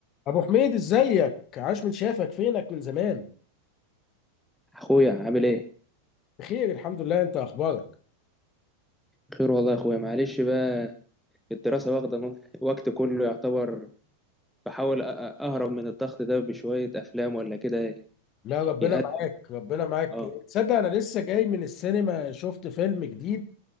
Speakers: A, on the left; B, in the centre.
A: ابو حميد ازيك عاش من شافك فينك من زمان
B: اخويا عامل ايه
A: بخير الحمد لله انت اخبارك
B: خير والله يا اخويا معلش بقى الدراسه واخده من- وقت كله يعتبر بحاول أ- أ- اهرب من الضغط ده بشويه افلام ولا كده
A: لا ربنا
B: يهدي
A: معاك ربنا معاك
B: اه
A: تصدق انا لسه جاي من السينما شفت فيلم جديد